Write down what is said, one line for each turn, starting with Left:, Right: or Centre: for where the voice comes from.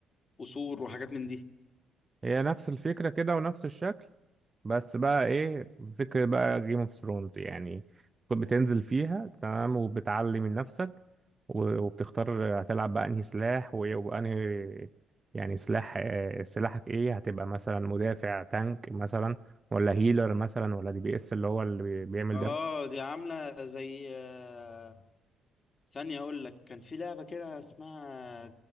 Left: وسور وحاجات من دي
Right: هي نفس الفكره كده ونفس الشكل بس بقى ايه فكرة بقى جيم اوف ثرونز يعني بتنزل فيها تمام وبتعلي من نفسك و- وبتختار هتلعب بقى انهي سلاح وايه وانهي يعني سلاح آه، سلاحك ايه هتبقى مثلا مدافع تانك مثلا ولا هيلر مثلا ولا دي بي اس اللي هو اللي بي- بيعمل
Left: اه
Right: ده
Left: دي عامله زي آه، ثانيه اقول لك كان في لعبه كده اسمها